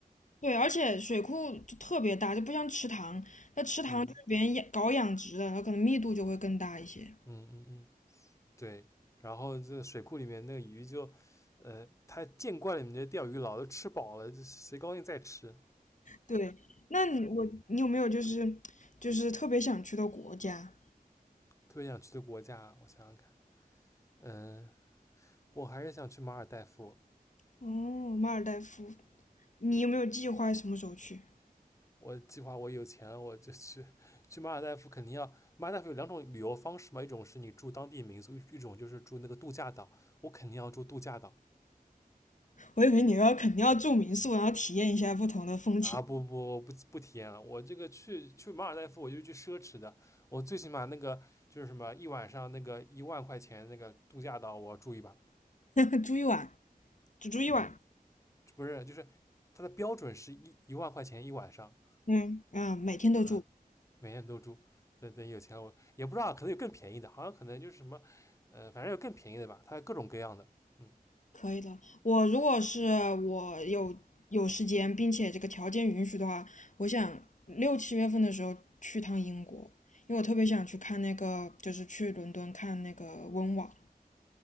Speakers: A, on the left; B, on the left.
A: 对，而且水库就特别大，就不像池塘，那池塘就是别人养搞养殖的，
B: 嗯
A: 它可能密度就会更大一些。
B: 嗯嗯嗯，对。然后这水库里面那个鱼就，呃，他见惯了你们这钓鱼佬，都吃饱了，就谁高兴再吃。
A: 对，那你我你有没有就是就是特别想去的国家？
B: 特别想去的国家，我想想看，嗯、我还是想去马尔代夫。
A: 哦，马尔代夫，你有没有计划什么时候去？
B: 我计划我有钱我就去去马尔代夫，肯定要马尔代夫有两种旅游方式嘛，一种是你住当地民宿，一一种就是住那个度假岛。我肯定要住度假岛
A: 我以为你要肯定要住民宿，然后体验一下不同的风情，
B: 啊！不不不不体验了，我这个去去马尔代夫我就去奢侈的，我最起码那个就是什么一晚上那个一万块钱那个度假岛我住一把，
A: <laughs> 住一晚，只住一晚。
B: 不是就是它的标准是一一万块钱一晚上，
A: 嗯嗯，每天都住，
B: 啊，每天都住。等等有钱了，我也不知道，可能有更便宜的，好像可能就是什么，呃，反正有更便宜的吧，它各种各样的。嗯，
A: 可以的。我如果是我有有时间，并且这个条件允许的话，我想六七月份的时候去趟英国，因为我特别想去看那个，就是去伦敦看那个温网。